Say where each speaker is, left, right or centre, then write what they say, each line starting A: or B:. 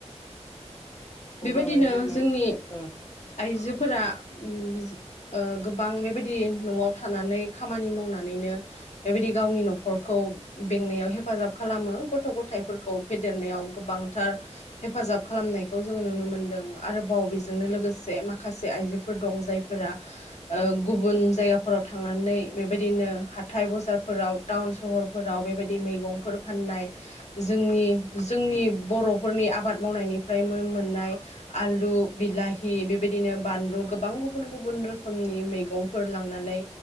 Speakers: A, on the left; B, on the left.
A: बेबायदिनो
B: अब्लालाय जोङो
A: जोंनि
B: ओ
A: आइजो फोरा ओम ओ गोबां बेबायदि न'आव थानानै खामानि मावनानैनो बेबायदि गावनि न'खरखौ बेंनायाव हेफाजाब खालामो। गथ' गथायफोरखौ फेदेरनायाव गोबांथार हेफाजाब खालामनाय खौ जोङो नुनो मोनदों। आरोबाव बेजोंनो लोगोसे माखासे आइजोफोर दं जायफोरा गुबुन जायगाफोराव थांनानै बेबायदिनो हाथाय बजारफोराव टाउन सहरफोराव बेबायदि मैगंफोर फाननाय जोंनि जोंनि बर'फोरनि आबाद मावनायनि फ्राय मोन- मोननाय आलु, बिलाहि बेबायदिनो बानलु गोबां गुबुन गुबुन रोखोमनि मैगंफोर लांनानै